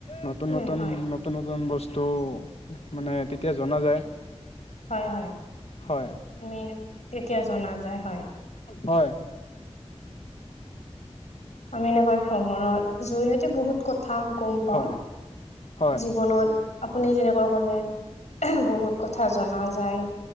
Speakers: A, on the left; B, on the left.
A: নতুন
B: উম
A: নতুন,
B: হয়
A: নতুন নতুন বস্তু মানে তেতিয়া জনা যায়।
B: হয় হয়
A: হয়
B: আমি তেতিয়া জনা যায় হয়।
A: হয়।
B: আমি এনেকুৱা ভ্ৰমণৰ জৰিয়তে বহুত কথা গম
A: হয়
B: পাওঁ।
A: হয়
B: জীৱনত আপুনি যেনেকুৱা কলে আঁহ বহুত কথা জনা যায়।